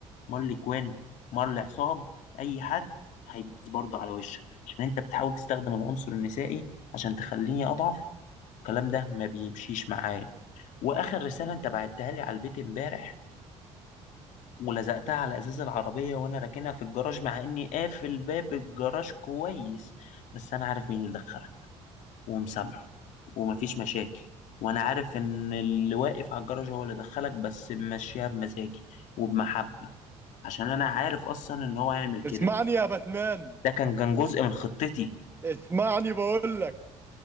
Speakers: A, on the left (about 75°); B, on the right (about 20°).
A: مارلي كوين مارلي عصام اي حد هيداس برضه على وشك عشان انت بتحاول تستخدم العنصر النسائي عشان تخليني اضعف الكلام ده ما بيمشيش معايا واخر رساله انت بعتها لي على البيت امبارح ولزقتها على ازاز العربيه وانا راكنها في الجراج مع اني قافل باب الجراج كويس بس انا عارف مين اللي دخلها ومسامحه ومفيش مشاكل وانا عارف ان اللي واقف على الجراج هو اللي دخلك بس ماشيها بمزاجي وبمحبه عشان انا عارف اصلا ان هو هيعمل كده
B: اسمعني يا باتمان
A: ده كان كان جزء من خطتي
B: اسمعني بقول لك